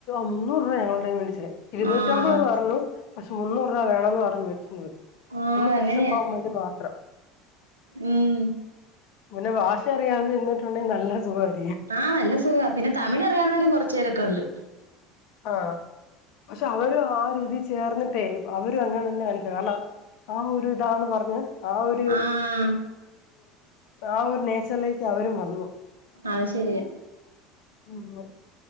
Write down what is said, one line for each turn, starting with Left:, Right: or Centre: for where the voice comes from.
Left: മുന്നൂറ് രൂപ ഞങ്ങളടേ അടുത് ന്ന് വെടിച്ചേ ഇരുന്നൂറ്റമ്പത്
Right: ആഹ്
Left: പറഞ്ഞു. പക്ഷേ മുന്നൂറ് രൂപ വേണന്ന് പറഞ്ഞു മേടിച്ചു പോയി.
Right: ആഹ്
Left: ഒന്ന്
Right: അതങ്ങനെയാ
Left: ഫ്രഷാപ്പാവാൻ വേണ്ടി മാത്രം.
Right: ഉം
Left: പിന്നെ ബാഷ അറിയാതെ നിന്നിട്ടുണ്ടെങ്കിൽ നല്ല സുഖായിരുന്നു.
Right: ആഹ്, നല്ല സുഖ പിന്നെ തമിഴ് അറിയാവുന്നവരും കുറച്ച പേരൊക്കെ ഉണ്ട്.
Left: ആഹ്, പക്ഷെ അവരും ആ രീതി ചേർന്നിട്ടേ അവരും അങ്ങനെ തന്നെ കാണിക്കു കാരണം. ആ ഒരു ഇതാന്ന് പറഞ്ഞ് ആ ഒരു.
Right: ആഹ്
Left: ആഹ് ഒരു നേച്ചറിലേക്ക് അവരും വന്നു.
Right: അഅ് ശരിയ
Left: ഉമ്മു